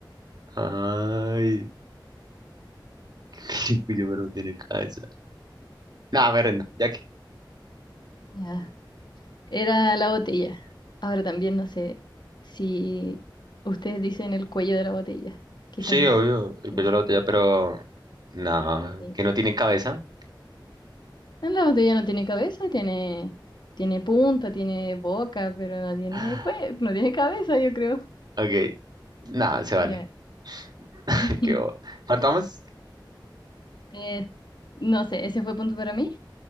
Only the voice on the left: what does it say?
Ya. era la botella. Ahora también no sé si ustedes dicen el cuello de la botella. Quizás
no,
no
sé.
Sí.
La botella no tiene cabeza, tiene, tiene punta, tiene boca, pero no tiene
cue- no tiene cabeza, yo creo.
Ya.
<laughs>
Eh, no sé, ese fue punto para mí.